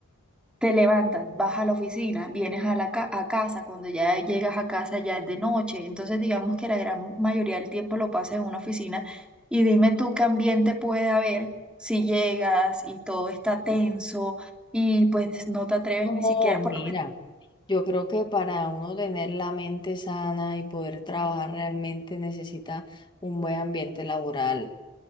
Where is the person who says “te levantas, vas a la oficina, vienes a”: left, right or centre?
Centre